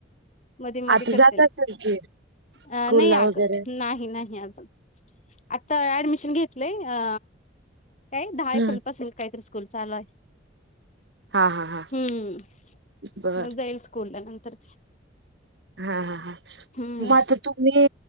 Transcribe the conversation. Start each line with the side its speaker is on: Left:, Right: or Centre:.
Left: मध्ये - मध्ये
Right: आता
Left: करते
Right: जात असेल की
Left: अ
Right: स्कूल
Left: - नाही
Right: ला
Left: अगं
Right: वगैरे
Left: नाही - नाही अजून. आता ऍडमिशन घेतलंय अ काय दहा
Right: हम्म.
Left: एप्रिल पासून, काहीतरी स्कूल चालूयं
Right: हा हा हा
Left: हम्म,
Right: बर
Left: मग जाईल स्कूल ला नंतर
Right: हा हा हा
Left: हम्म
Right: म तुम्ही